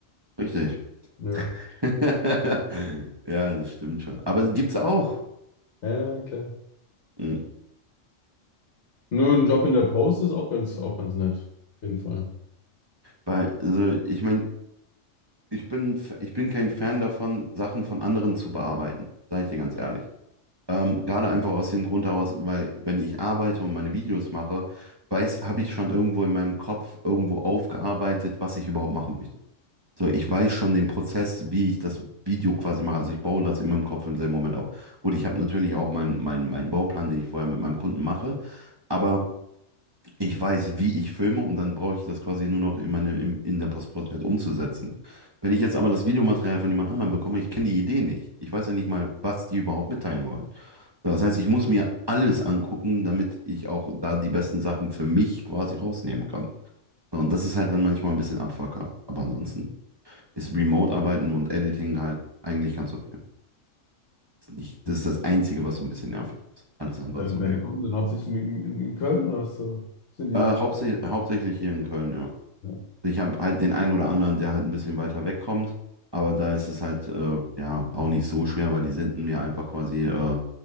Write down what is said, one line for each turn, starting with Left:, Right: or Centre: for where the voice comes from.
Right: Richtig. Richtig.
Left: Ja,
Right: <laughs> Ja, das stimmt schon. Aber gibt's auch.
Left: ja, klar.
Right: Mhm.
Left: Nur ein Job in der Post ist auch ganz, auch ganz nett. Auf jeden Fall.
Right: Bei, also ich meine, ich bin, ich bin kein Fan davon, Sachen von anderen zu bearbeiten, sage ich dir ganz ehrlich. Ähm, gerade einfach aus dem Grund heraus, weil wenn ich arbeite und meine Videos mache, weiß, habe ich schon irgendwo in meinem Kopf irgendwo aufgearbeitet, was ich überhaupt machen möchte. So, ich weiß schon den Prozess, wie ich das Video quasi mache. Also ich baue das in meinem Kopf im selben Moment auf. Gut, ich habe natürlich auch meinen meinen meinen Bauplan, den ich vorher mit meinem Kunden mache, aber ich weiß, wie ich filme und dann brauche ich das quasi nur noch in meine, in, in der Postprozess halt umzusetzen. Wenn ich jetzt aber das Videomaterial von jemand anderem bekomme, ich kenne die Idee nicht. Ich weiß ja nicht mal, was die überhaupt mitteilen wollen. So, Das heißt, ich muss mir alles angucken, damit ich auch da die besten Sachen für mich quasi rausnehmen kann. So, Und das ist halt dann manchmal ein bisschen Abfucker. Aber ansonsten ist Remote-Arbeiten und Editing halt eigentlich ganz okay. Ist nicht, das
Left: Hm.
Right: ist das Einzige, was so ein bisschen nervig ist. Alles andere
Left: Deine,
Right: ist okay.
Left: deine Kunden sind hauptsächlich in, in, in Köln oder hast du, sind die?
Right: Äh, hauptsächlich, hauptsächlich hier in Köln, ja.
Left: Ja.
Right: Ich habe halt den einen oder anderen, der halt ein bisschen weiter wegkommt, aber da ist es halt äh, ja auch nicht so schwer, weil die senden mir einfach quasi äh,